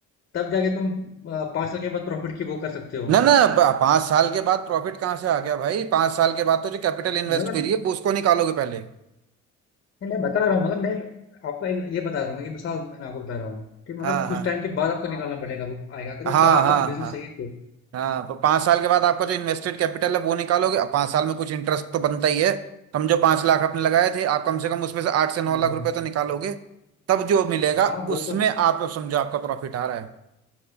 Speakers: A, on the left; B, on the right.
A: तब जाके तुम अ, पांच साल के बाद प्रॉफिट की वो कर सकते हो
B: ना ना ब- पाँच साल के बाद प्रॉफिट कहाँ से आ गया भाई पाँच साल के बाद तो जो कैपिटल इन्वेस्ट
A: मतलब
B: करी है वो उसको निकालोगे पहले
A: नहीं मैं बता रहा हूँ मतलब मैं आपको एक ये बता रहा हूँ ना कि मिसाल मैं आपको बता रहा हूँ कि मतलब
B: हाँ हाँ
A: कुछ टाइम के बाद आपको निकालना पड़ेगा वो आएगा अगर वो
B: हाँ
A: चला
B: हाँ
A: आपका बिजनेस
B: हाँ
A: सही तो
B: हाँ तो पाँच साल के बाद आपका जो इन्वेस्टेड कैपिटल है वो निकालोगे अब पाँच साल में कुछ इंटरेस्ट तो बनता ही है समझो पाँच लाख आपने लगाए थे आप कम से कम उसमें से आठ से नौ
A: हम्म,
B: लाख रुपए तो निकालोगे तब जो मिलेगा
A: हाँ वो
B: उसमें
A: तो
B: आप समझो आपका प्रॉफिट आ रहा है